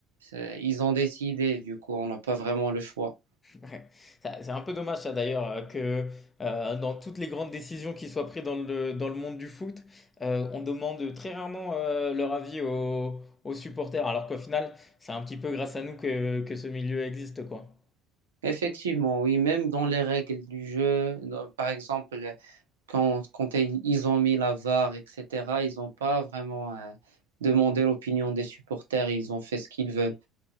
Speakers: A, on the right; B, on the left.
A: ils ont décidé, du coup, on n'a pas vraiment le choix.
B: Ouais. Ça- C'est un peu dommage ça d'ailleurs euh, que euh, dans toutes les grandes décisions qui soient prises dans le, dans le monde du foot, euh, on demande très rarement euh, leur avis aux, aux supporters, alors qu'au final, c'est un petit peu grâce à nous que, que ce milieu existe, quoi.
A: Effectivement, oui, même dans les règles du jeu, dans- par exemple, quand, quand ils ils ont mis la VAR, etc., ils n'ont pas vraiment euh, demandé l'opinion des supporters, ils ont fait ce qu'ils veulent.